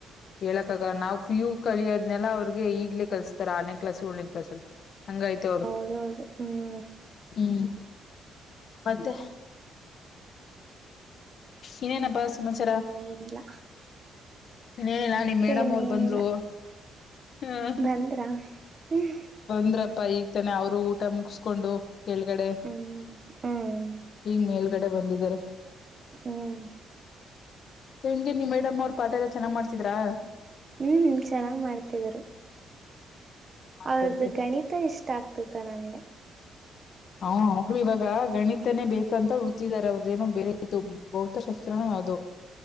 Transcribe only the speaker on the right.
ಹೌದು ಹ್ಮ್.
ಏನಿಲ್ಲ.
ಇನ್ನೇನಿಲ್ಲ
ಬಂದ್ರ. ಹ್ಮ್
ಹ್ಮ್ ಹ್ಮ್ ಹ್ಮ್
ಹ್ಮ್
ಹ್ಮ್ ಚೆನ್ನಾಗ್ ಮಾಡ್ತಿದ್ರು.
ಅವರ್ದು ಗಣಿತ ಇಷ್ಟ ಆಗ್ತಿತ್ತು ನನ್ಗೆ.